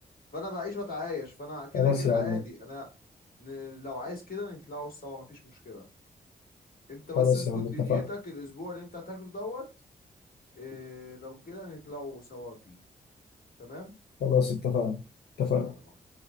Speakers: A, on the left; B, on the left.
A: فانا بعيش واتعايش فانا كده
B: خلاص
A: كده
B: يا عم
A: عادي انا ن... لو عايز كده نطلعوا سوا مفيش مشكلة انت بس
B: خلاص
A: اظبط
B: يا عم
A: دنيتك
B: اتفقنا
A: الاسبوع اللي انت هتاخده دوت إيه لو كده نطلعوا سوا فيه تمام
B: خلاص اتفقنا اتفقنا
A: اتفقنا معانا